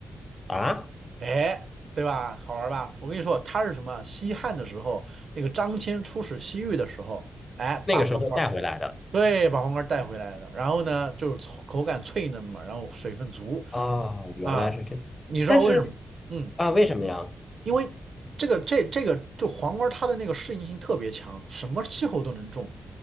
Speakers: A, on the left; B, on the right.
A: 啊，
B: 哎，对吧？好玩儿吧？我跟你说，它是什么？西汉的时候，那个张骞出使西域的时候，哎，把黄瓜，
A: 那个时候带回来的。
B: 对，把黄瓜带回来的。然后呢，就是口口感脆嫩嘛，然后水分足。
A: 啊，原来是这，
B: 啊，你知道为什么？
A: 但是
B: 嗯，
A: 啊，为什么呀？
B: 因为这个这这个就黄瓜它的那个适应性特别强，什么气候都能种